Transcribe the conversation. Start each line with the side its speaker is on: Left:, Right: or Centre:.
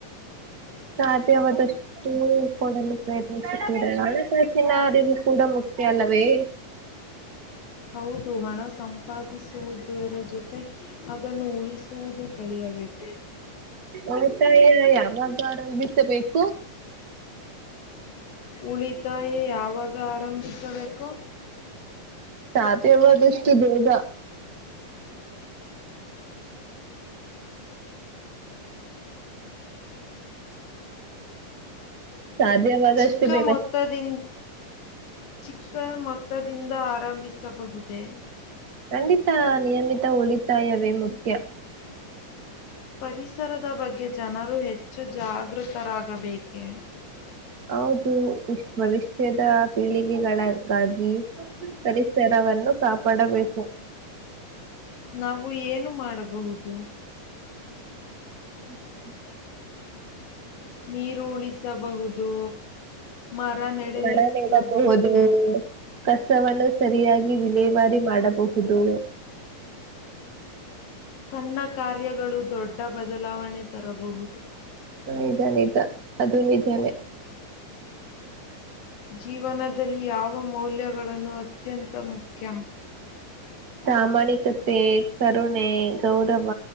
Left: ಹ
Right: ಸಾಧ್ಯವಾದಷ್ಟು ಕೊಡಲು ಪ್ರಯತ್ನಿಸುತ್ತಿದೆ ಹಣಕಾಸಿನ ಅರಿವು ಕೂಡ ಮುಖ್ಯ ಅಲ್ಲವೇ
Left: ಹೌದು ಹಣ ಸಂಪಾದಿಸುವುದರ ಜೊತೆ ಅದನ್ನು ಉಳಿಸುವುದು ಕಲಿಯಬೇಕು
Right: ಒಸಾಯ ಯಾಗ ಆರಂಭಿಸಬೇಕು
Left: ಉಳಿತಾಯ ಯಾವಾಗ ಆರಂಭಿಸಬೇಕು
Right: ಸಾತವಾದಷ್ಟು ಬೇಗ ಸಾಧ್ಯವಾದಷ್ಟು
Left: ಚಿಕ್ಕ
Right: ಬೇಗ
Left: ಮೊತ್ತದಿಂದ ಚಿಕ್ಕ ಮೊತ್ತದಿಂದ ಆರಂಭಿಸಬಹುದೇ
Right: ಖಂಡಿತ ನಿಯಮಿತ ಉಳಿತಾಯವೇ ಮುಖ್ಯ ಹ್ಮ್
Left: ಪರಿಸರದ ಬಗ್ಗೆ ಜನರು ಹೆಚ್ಚು ಜಾಗೃತರಾಗಬೇಕೆ
Right: ಹೌದು ವಿಶ್ ಭವಿಷ್ಯದ ಪೀಳಿಗೆಗಳ ಹಾಗಾಗಿ ಪರಿಸರವನ್ನು ಕಾಪಾಡಬೇಕು
Left: ನಾವು ಏನು ಮಾಡಬಹುದು
Right: ಹ್ಮ್ ಹ್ಮ
Left: ನೀರು ಉಳಿಸಬಹುದು ಮರ
Right: ಆ
Left: ನೆಡೆಸಬಹುದು.
Right: ನ ಹೋದು ಕಷ್ಟವನ್ನು ಸರಿಯಾಗಿ ವಿಲೇವಾರಿ ಮಾಡಬಹುದು
Left: ಸಣ್ಣ ಕಾರ್ಯಗಳು ದೊಡ್ಡ ಬದಲಾವಣೆ ತರಬಹುದು
Right: ನಿಜ ನಿಜ ಅದು ನಿಜಾನೇ
Left: ಜೀವನದಲ್ಲಿ ಯಾವ ಮೌಲ್ಯಗಳನ್ನು ಅತ್ಯಂತ ಮುಖ್ಯ
Right: ಪ್ರಾಮಾಣಿಕತೆ ಕರುಣೆ ಗೌರವ